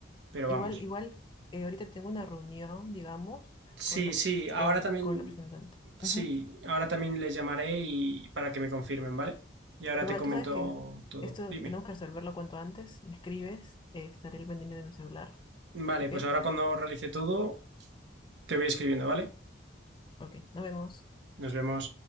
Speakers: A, on the right; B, on the left.
A: pero
B: Igual,
A: vamos.
B: igual, eh, ahorita tengo una reunión, digamos,
A: Sí,
B: con, re-
A: sí, ahora
B: con,
A: también,
B: con el representante.
A: sí,
B: Ujú.
A: ahora también les llamaré y para que me confirmen, ¿vale? Y ahora
B: Igual
A: te comento
B: tú sabes que
A: todo.
B: esto
A: Dime.
B: tenemos que resolverlo cuanto antes. Me escribes, eh, estaré al pendiente de mi celular.
A: Vale,
B: ¿Ok?
A: pues ahora cuando realice todo, te voy escribiendo, ¿vale?
B: Ok, nos vemos.
A: Nos vemos.